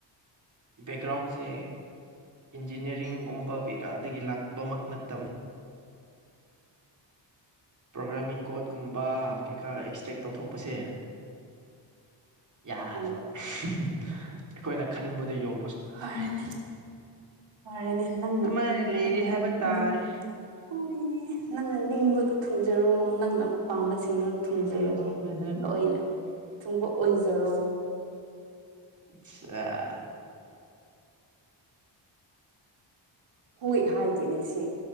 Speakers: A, on the right; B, on the right.
A: ꯕꯦꯛꯒ꯭ꯔꯥꯎꯟꯁꯦ ꯏꯟꯖꯤꯅꯤꯌꯥꯔꯤꯡꯒꯨꯝꯕ ꯀꯩꯀꯥꯗꯒꯤ ꯂꯥꯛꯄꯃꯛ ꯅꯠꯇꯕꯅ ꯄ꯭ꯔꯣꯒꯥ꯭ꯔꯥꯃꯤꯡ ꯀꯣꯠ ꯀꯨꯝꯕ ꯀꯩꯀꯥ ꯑꯦꯛꯁꯇ꯭ꯔꯦꯛ ꯇꯧꯊꯣꯛꯄꯁꯦ ꯌꯥꯗꯕ
B: ꯎꯝ
A: ꯑꯩꯈꯣꯏꯅ ꯈꯟꯕꯗ ꯌꯧ
B: ꯐꯔꯦꯅꯦ ꯐꯔꯦꯅꯦ ꯅꯪꯅ
A: ꯑꯗꯨꯃꯥꯏꯅ ꯂꯩꯔꯤ
B: ꯅꯪꯅ
A: ꯍꯥꯏꯕ ꯇꯥꯔꯦ
B: ꯅꯤꯡ ꯍꯣꯏꯅꯦ ꯅꯪꯅ ꯅꯤꯡꯕꯗꯣ ꯊꯨꯡꯖꯔꯣ ꯅꯪꯅ ꯄꯥꯝꯕꯁꯤꯡꯗꯣ ꯊꯨꯡꯖꯔꯣ
A: ꯎꯝꯍꯝ ꯎꯝꯍꯝ
B: ꯂꯣꯏꯅ ꯊꯨꯡꯕ ꯑꯣꯏꯖꯔꯣ
A: ꯑꯆꯥ <inaudible>
B: ꯍꯣꯏ ꯍꯥꯏꯒꯦꯅꯦ ꯁꯤ